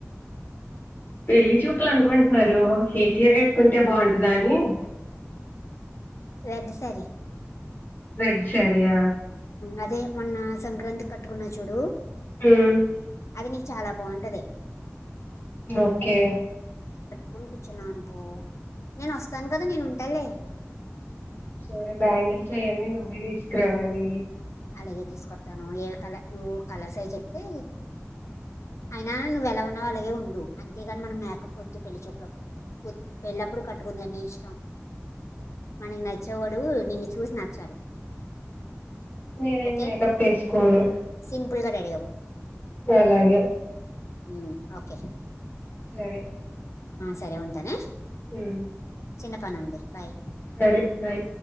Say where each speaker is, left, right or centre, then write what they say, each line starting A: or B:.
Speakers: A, on the left; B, on the left.
A: పెళ్లి చూపులు అనుకుంట్న్నారు, ఏ చీర్ గాట్కుంటే బావుంటదా. అని అ
B: రెడ్ సారి
A: రెడ్ సరియా
B: అదే మొన్న సంక్రాంతి కట్టుకున్నవ్ చూడు
A: ఉమ్
B: అది నీకు చాలా బావుంటది.
A: ఓకే
B: కుని కూర్చున్నావనుకో, నేను వస్తాను గాదా. నేను ఉంటాలే.
A: సరే బ్యాంగిల్స్ అయ్యాన్నీ నువ్వే తీసుకురావాలి.
B: లాగే తీసుకొతాను, ఏ కల నువ్వు కలర్, సైజ్ చెప్తే. అయినా నువ్వు ఎలా ఉన్నవో అలాగే ఉండు. అంతేగాని మనం మేకప్ ఓద్దు. పెళ్లి చూపులప్ ఓద్ పెల్లప్పుడుూ కట్టుకుందువ్గాన్ నీ ఇష్టం. మనకి నచ్చేవాడు, నిన్ను చూసి నచ్చాలి.
A: నేనేం
B: ఓకే
A: మేకప్ వేసుకోను
B: సింపుల్గా రెడీ అవ్వు
A: అలాగే
B: ఉహ్మ్ ఓకే
A: సరే
B: సరే ఉంటనే.
A: ఉమ్
B: చిన్నపనుంది బాయ్
A: సరే బాయ్